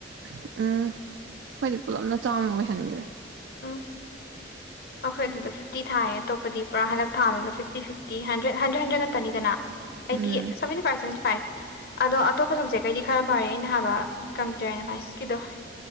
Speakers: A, on the right; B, on the left.
A: ꯑꯁ, ꯎꯝ ꯑꯩꯈꯣꯏꯗꯤ ꯄꯨꯂꯞꯅ ꯆꯥꯎꯥꯅ ꯑꯣꯏꯍꯟꯒ꯭ꯔꯦ꯫
B: ꯎꯝ ꯑꯩꯈꯣꯏ ꯑꯗꯨꯗ ꯐꯤꯐꯇꯤ ꯊꯥꯏꯌꯦ ꯑꯇꯣꯞꯄꯗꯤ ꯄꯨꯔꯥ ꯍꯟꯗꯛ ꯊꯥꯗꯨꯗ fifty fifty hundred hundred hundred ꯈꯛꯇꯅꯤꯗꯅ ꯑꯥꯢꯇꯤ
A: ꯎꯝ
B: ꯁꯕꯦꯟꯇꯤ ꯐꯥꯏꯚ ꯁꯕꯦꯟꯇꯤ ꯐꯥꯏꯚ ꯑꯗꯣ ꯑꯇꯣꯞꯄ ꯁꯕꯖꯦꯛꯈꯧꯗꯤ ꯈꯔ ꯐꯔꯦ ꯑꯩꯅ ꯍꯥꯏꯕ ꯀꯝꯄ꯭ꯌꯨꯇꯔ ꯑꯦꯅꯥꯂꯥꯏꯁꯤꯁꯀꯤꯗꯣ